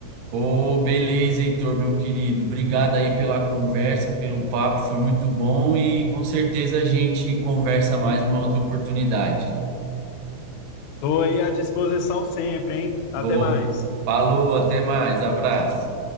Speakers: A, on the right (about 80°); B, on the left (about 80°).
A: Ô, beleza, Heitor, meu querido. Obrigado aí pela conversa, pelo papo, foi muito bom e com certeza a gente conversa mais numa outra oportunidade.
B: Estou aí à disposição sempre, hein? Até
A: Ô,
B: mais.
A: falou, até mais, abraço.